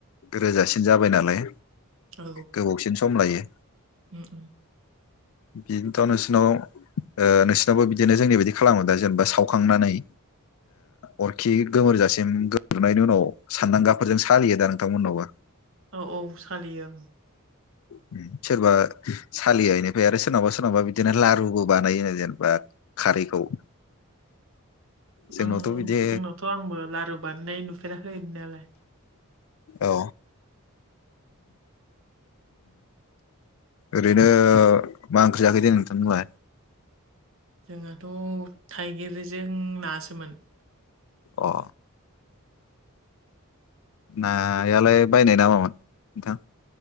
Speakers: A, on the left; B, on the right.
A: रोजासिन जाबाय नालाय
B: औ
A: गोबावसिन सम लायो।
B: उम उम
A: बेनथ' नोंसिनाव। नोंसिनावबो बिदिनो जोंनि बायदि खालामो दा जेनेबा सावखांनानै अरखि गोमोरजासिम गोमोरनायनि उनाव सानदांगाफोरजों सालियो दा नोंथांमोननावबो।
B: औ औ सालियो।
A: <inaudible> सोरबा सालिया इनिफ्राय आरो सोरनावबा सोरनावबा बिदिनो लारुबो बानायो जेनेबा खारैखौ। जोंनावथ'
B: आं
A: बिदि
B: जोंनावथ' आंबो लारु बानायनाय नु नुफेराखै नुनायालाय।
A: औ। ओरैनो मा ओंख्रि जाखो दे नोंथांमोनहा?
B: जोंहाथ' थाइगिरजों नासोमोन।
A: अ। नायालाय बायनाय नामामोन नोंथां?